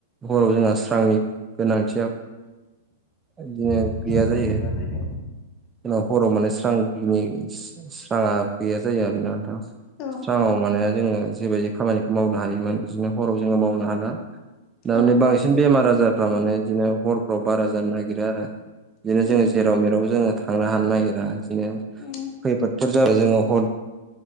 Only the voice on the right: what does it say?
हराव जोंहा स्रांनि गोनांथिया इदिनो
गैया जायो।
उनाव हराव माने स्रांनि स्रांङा गैया जायो आरोना नोंथां।
स्रांङाव माने जोङो जेबायदि खामानिखौ मावनो हायोमोन बिदिनो हराव जोङो मावनो हाला। दा
माने बांसिन बेमार आजारफ्रा माने बिदिनो हरफ्राव बारा जानो नागिरो आरो। बिदिनो
जोङो जेराव मेराव जोङो थांनो हानो नागिरा बिदिनो खैफोदफोर
जाबाय जोङो हर